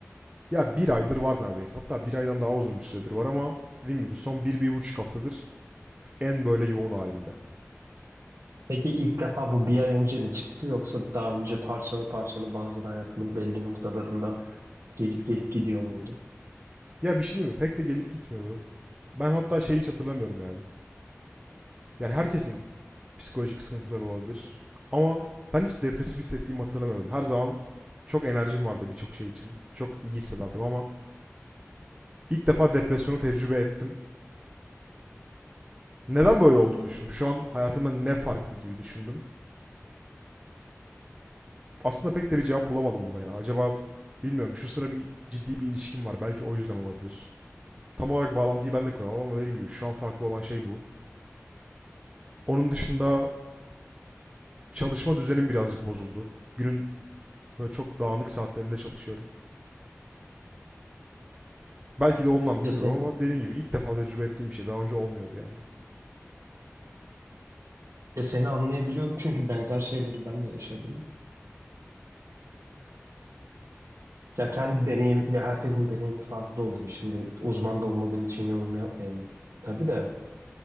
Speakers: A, on the right (about 20°); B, on the right (about 80°).
A: Ya bir aydır var neredeyse. Hatta bir aydan daha uzun bir süredir var ama dediğim gibi son bir, bir buçuk haftadır en böyle yoğun halinde.
B: Peki ilk defa bu bir ay önce mi çıktı yoksa daha önce parçalı parçalı bazen hayatının belli noktalarında gelip gelip gidiyor muydu?
A: Ya bir şey değil mi? Pek de gelip gitmiyordu. Ben hatta şeyi hiç hatırlamıyorum yani. Yani herkesin psikolojik sıkıntıları olabilir. Ama ben hiç depresif hissettiğimi hatırlamıyordum. Her zaman çok enerjim vardı birçok şey için. Çok iyi hissederdim ama ilk defa depresyonu tecrübe ettim. Neden böyle olduğunu düşündüm. Şu an hayatımda ne farklı gibi düşündüm. Aslında pek de bir cevap bulamadım buna ya. Acaba bilmiyorum şu sıra bir ciddi bir ilişkim var. Belki o yüzden olabilir. Tam olarak bağlantıyı ben de kuramam ama dediğim gibi şu an farklı olan şey bu. Onun dışında çalışma düzenim birazcık bozuldu. Günün böyle çok dağınık saatlerinde çalışıyorum. Belki de ondan bilmiyorum
B: Ya sen
A: ama dediğim gibi ilk defa tecrübe ettiğim bir şey. Daha önce olmuyordu yani.
B: ya seni anlayabiliyorum çünkü benzer şeyleri ben de yaşadım. Ya kendi deneyim ya herkesin deneyimi farklı oluyor. Şimdi uzman da olmadığım için yorum yapmayayım. Tabii de